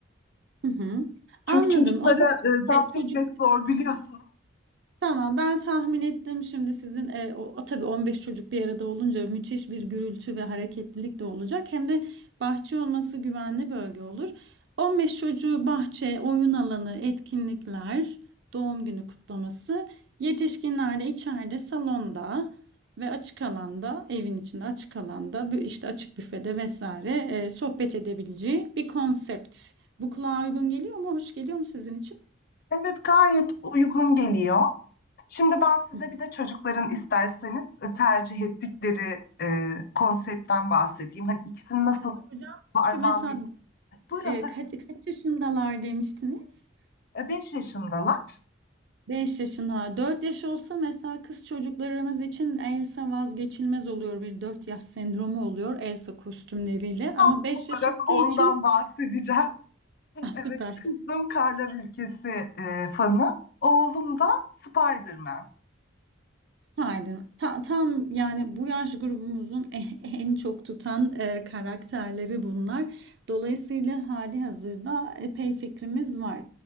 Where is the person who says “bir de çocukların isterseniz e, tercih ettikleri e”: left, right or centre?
Left